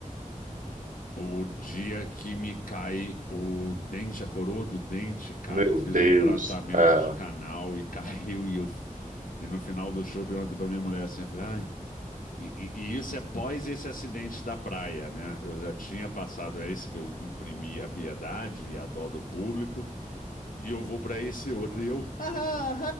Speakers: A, on the left; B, on the right.
A: O dia que me cai o dente, a coroa do dente, cara,
B: Meu
A: eu fiz
B: Deus.
A: um tratamento
B: É.
A: de canal e <laughs> caiu e eu e no final do show eu perguntei pra minha mulher assim, eu falei, ai, e, e- e isso é pós esse acidente da praia, né? Eu já tinha passado esse que eu imprimi a piedade e a dó do público e eu vou pra esse outro e eu, ah ah,